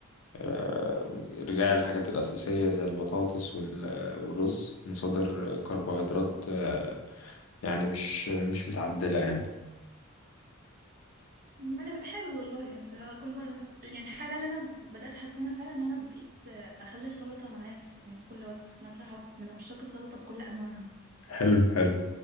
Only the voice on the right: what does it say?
أنا بحاول والله يعني بس أنا كل مرة يعني الحاجة اللي أنا بدأت أحسنها فعلا إن أنا بقيت أخلي السلطة معايا في يعني في كل وجبة أنا بصراحة من عشاق السلطة بكل أنواعها